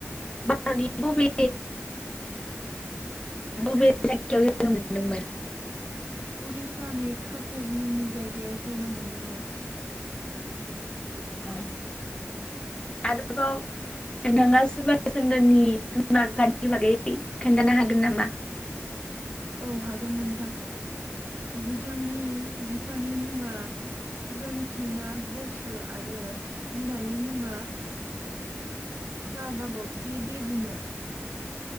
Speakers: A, on the left; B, on the right.
A: <unintelligible> बबे बबे जायगायाव जोनोम मोनदोंमोन?
B: उरिसानि काटेक मुंनि जायगायाव जोनोम मोनदोंमोन
A: औ आरोबाव नोंथाङा सुबभास चन्द्रनि बिमा बिफानि बागै खोन्थानो हागोन नामा
B: औ हागोन नोंथां बिथांनि बिफानि मुङा जनकिनाथ बसु आरो बिमानि मुङा फ्रभाबति देबिमोन।